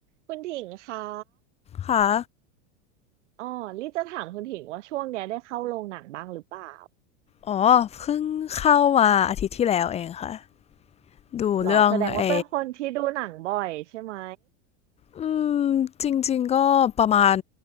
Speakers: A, on the right; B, on the left.
A: คุณถิงคะ
B: ค่ะ
A: อ๋อลี่จะถามคุณถิงว่าช่วงเนี้ยได้เข้าโรงหนังบ้างหรือเปล่า
B: อ๋อเพิ่งเข้ามาอาทิตย์ที่แล้วเองค่ะ ดูเรื่องไอ
A: หรอแสดงว่าเป็นคนที่ดูหนังบ่อยใช่ไหม
B: อืมจริงๆก็ประมาณ